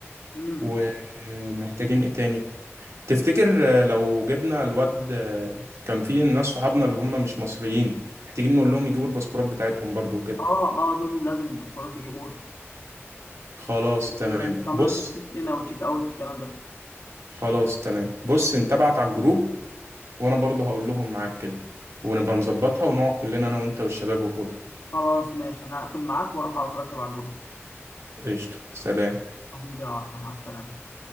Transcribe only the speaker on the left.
امم
اه اه دول لازم الباسبورات يجيبوها
لما يبقى عملنا
مثلا تشيك ان او تشيك اوت الكلام ده
خلاص ماشي انا هقفل معاك واروح على طول اكتب على الجروب
حبيبي يا عرفة مع السلامة